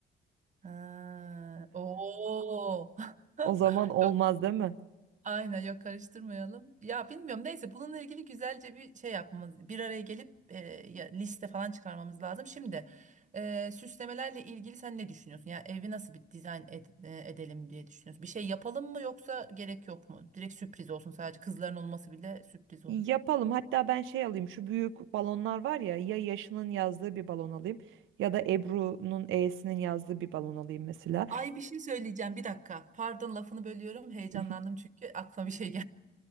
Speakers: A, on the right (about 40°); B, on the right (about 85°).
A: Ha, oo. <laughs>
B: O zaman olmaz
A: Yok,
B: değil mi?
A: aynen yok karıştırmayalım. Ya bilmiyorum neyse bununla ilgili güzelce bir şey yapmamız, bir araya gelip e, ya, liste falan çıkarmamız lazım. Şimdi e, süslemelerle ilgili sen ne düşünüyorsun? Yani evi nasıl bir dizayn ed- e, edelim diye düşünüyorsun? Bir şey yapalım mı yoksa gerek yok mu? Direkt sürpriz olsun sadece kızların olması bile sürpriz olur.
B: Yapalım. Hatta ben şey alayım. Şu büyük balonlar var ya ya Yaşı'nın yazdığı bir balon alayım ya da Ebru'nun E'sinin yazdığı bir balon alayım mesela.
A: Ay bir şey söyleyeceğim bir dakika. Pardon lafını bölüyorum. Heyecanlandım
B: Hı hı.
A: çünkü aklıma bir şey